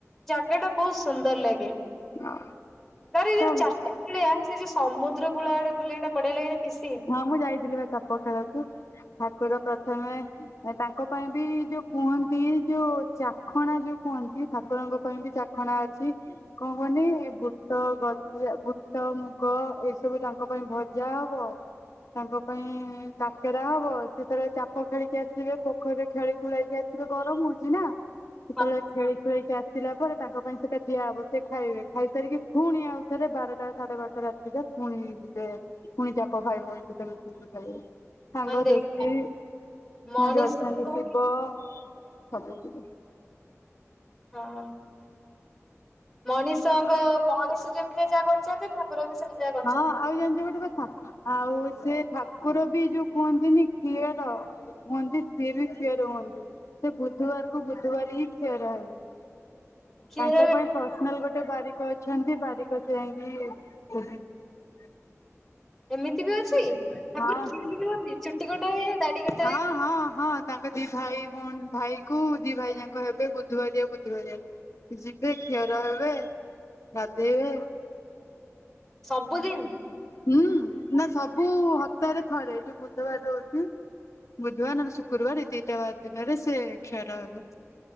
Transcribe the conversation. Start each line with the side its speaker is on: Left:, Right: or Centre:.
Centre: ଜାଗା ଟା ବହୁତ ସୁନ୍ଦର ଲାଗେ।
Left: ଆଉ
Centre: ତାରେ ଏଇ
Left: ତ
Centre: ଯୋଉ ଚାରିଟା ବେଳିଆ ସେ ଯଉ ସମୁଦ୍ର କୂଳ ଆଡେ ବୁଲିବାଟା ବଢିଆ ଲାଗେନି ବେଶି।
Left: ହଁ ମୁଁ ଯାଇଥିଲି ପା ଚାପ ଖେଳକୁ, ଠାକୁର ପ୍ରଥମେ ତାଙ୍କ ପାଇଁ ବି ଯୋଉ କୁହନ୍ତି, ଯୋଉ ଚାଖଣା ଯୋଉ କୁହନ୍ତି, ଠାକୁରଙ୍କ ପାଇଁ ବି ଚା ଚାଖଣା ଅଛି। କଣ କୁହନି, ବୁଟ ଗଜା, ବୁଟ ମୁଗ ଏଇ ସବୁ ତାଙ୍କ ପାଇଁ ଭଜା ହବ। ତାଙ୍କ ପାଇଁ କାକେରା ହବ, ସେତେବେଳେ ଚାପ ଖେଳିକି ଆସିବେ, ପୋଖରୀରେ ଖେଳି ଖୁଳେଇକି ଆସିବେ ଗରମ ହଉଛି ନା।
Centre: ଁ <inaudible>
Left: ଯେତେବେଳେ ଖେଳି ଖୁଳେ ସେ ଆସିଲା ପରେ, ତାଙ୍କ ପାଇଁ ସେଇଟା ଦିଆହବ, ସେ ଖାଇବେ, ଖାଇସାରିକି ପୁଣି ଆଉଥରେ ବାରଟା ସାଢେ ବାରଟା ରେ ଆସିବେ। ପୁଣି ଯିବେ, ପୁଣି ଚାପ ଭାଇ ଭଉଣୀ ସହିତ ମିସିକି ଖେଳିବେ। ସାଙ୍ଗ
Centre: ମାନେ ଦେଖ
Left: ଦୋସ୍ତି,
Centre: ମଣିଷ
Left: ଯଉ ଅଛନ୍ତି
Centre: ହଁ
Left: ଶିବ, ସବୁ ଥିବେ।
Centre: ହଁଅଁ। ମଣିଷଙ୍କ, ମଣିଷ ଯେମିତି ଯାହା କରୁଚନ୍ତି, ଠାକୁର ବି ସେମିତି ଯ
Left: ହଁ, ଆଉ ଜାଣିଛ ଗୋଟେ କଥା। ଆଉ ସେ ଠାକୁର ବି ଯୋଉ କୁହନ୍ତିନି କ୍ଷିଅର କୁହନ୍ତି ସିଏ ବି କ୍ଷିଅର ହୁଅନ୍ତି, ସେ ବୁଧବାର କୁ ବୁଧବାର ହିଁ କ୍ଷୟର ହେବେ।
Centre: କ୍ଷୀର
Left: ତାଙ୍କ ପାଇଁ ପର୍ସନାଲ ଗୋଟେ ବାରିକ ଅଛନ୍ତି, ବାରିକ ସେ ଯାଇକି ଯେ <unintelligible>
Centre: ଏମିତି ବି ଅଛି, ଠାକୁର
Left: ହଁ
Centre: ସେଭିଙ୍ଗ ହୁଅନ୍ତି, ଚୁଟି କଟା ହୁଏ, ଦାଢ଼ି କଟା
Left: ହଁ
Centre: ହୁଏ।
Left: ହଁ ହଁ ତାଙ୍କ ଦି ଭାଇଭଉଣୀ ଭାଇ କୁ, ଦି ଭାଇ ଯାଙ୍କ ହେବେ ବୁଧୁବାରିଆ ବୁଧୁବାରିଆ। ଯିବେ, କ୍ଷିଅର ହେବେ, ଗାଧେଇବେ।
Centre: ସବୁଦିନି?
Left: ହୁଁ, ନା ସବୁ ହପ୍ତାହରେ ଥରେ, ଯୋଉ ବୁଧବାର ରଉଚି। ବୁଧୁବାର, ନହେଲେ ଶୁକ୍ରବାର, ଏଇ ଦେଇଟା ବାର ଦିନରେ ସେ କ୍ଷିଅର ହେବେ।